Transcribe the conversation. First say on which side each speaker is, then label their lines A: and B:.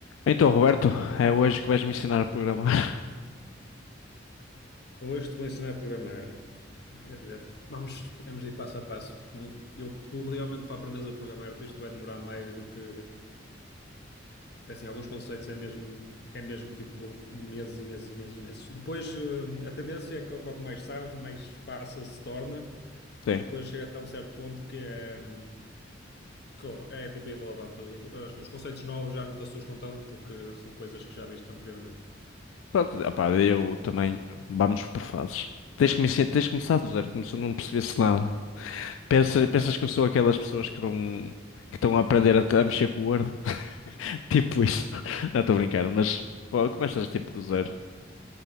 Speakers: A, on the left; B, on the left.
A: Então, Roberto, é hoje que vais me ensinar a programar. <laughs>
B: Eu hoje te vou ensinar a programar. Quer dizer, vamos, temos de ir passo a passo, porque eu, tu realmente para aprenderes a programar, tu isto vai demorar mais do que, assim, alguns conceitos é mesmo, é mesmo tipo meses e meses e meses e meses. Depois, eh, a tendência é que quanto mais sabes, mais fácil se torna,
A: Sim.
B: e depois chega até um certo ponto que é, hum, releva- é tipo irrelevante. O- Os os conceitos novos já não te assustam tanto, porque são coisas que já viste anteriormente.
A: Pronto, opá, eu também. Vamos por fases. Tens que me ensinar, tens que começar do zero, como se eu não percebesse nada. Pensas, pensas que eu sou aquelas pessoas que não, que estão a aprender a, a mexer com o Word? <laughs> Tipo isso. Não, estou a brincar, mas pô, começas tipo do zero.